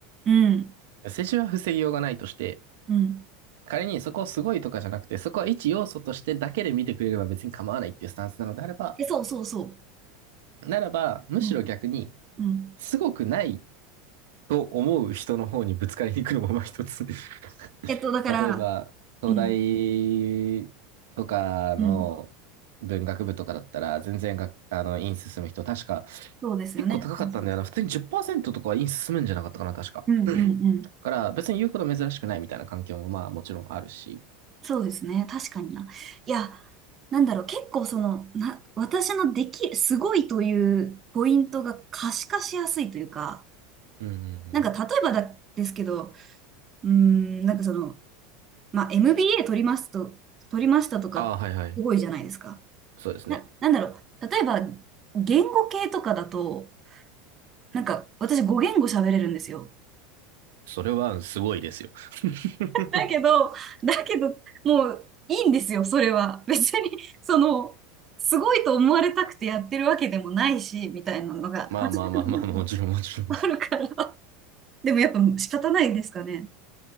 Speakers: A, on the right (about 35°); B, on the right (about 75°).
A: うん、
B: 世辞は防ぎようがないとして、
A: うん。
B: 仮にそこをすごいとかじゃなくて、そこは一要素としてだけで見てくれれば別に構わないっていうスタンスなのであれば、
A: え、そうそうそ
B: ならば、むしろ逆に、
A: う。うん、うん。
B: すごくないと思う人の方にぶつかりに行くのもまあ一つ。<laughs>
A: えっと、だから、
B: 例えば、東大とかの
A: うん、うん。
B: 文学部とかだったら、全然があの、院進む人、確か、
A: そうですよね。
B: 結構高かったんだよな。
A: そうそうそ
B: 普通に10%とかは院進むんじゃなかったかな、確か。
A: う。うん、うん、うん。
B: だから、別に言うほど珍しくないみたいな環境もまあもちろんあるし。
A: そうですね。確かにな。いや、なんだろう、結構その、な、私のでき、すごいというポイントが可視化しやすいというか、
B: うんうんうん。
A: なんか例えばだ、ですけど、うーん、なんかその、まあ、MBA 取りますと、取りましたとか、
B: ああ、はいはい。
A: すごいじゃないですか。
B: そうですね。
A: な、なんだろう。例えば、言語系とかだと、なんか、私語言語喋れるんですよ。
B: それはすごいですよ。<laughs>
A: だけど、だけど、もういいんですよ、それは。別に、その、すごいと思われたくてやってるわけでもないし、みたいなのが <laughs>
B: まあまあまあまあ、もちろんもちろ
A: あるから。でもやっぱ仕方ないですかね。